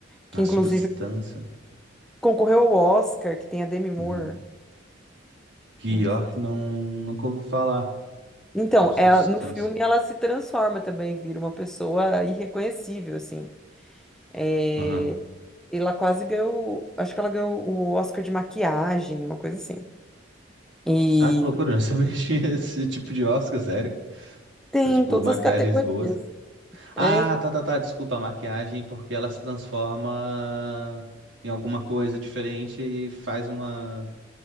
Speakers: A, in the centre; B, on the right.
A: que
B: A
A: inclusive
B: substância.
A: concorreu ao Oscar, que tem a Demi Moore.
B: Uhum. Pior
A: Não sei
B: que não, nunca ouvi falar.
A: Então,
B: A substância.
A: ela, no filme ela se transforma também, vira uma pessoa irreconhecível, assim. É,
B: Aham.
A: ela quase ganhou, acho que ela ganhou o Oscar de maquiagem, uma coisa assim. E
B: Ah, que loucura, eu não <laughs> sabia que tinha esse tipo de Oscar, sério.
A: tem
B: Pra, tipo,
A: todas
B: maquiagens
A: as categorias.
B: boas. Ah,
A: É,
B: tá, tá, tá. Desculpa a maquiagem, porque ela se transforma em alguma coisa diferente e faz uma,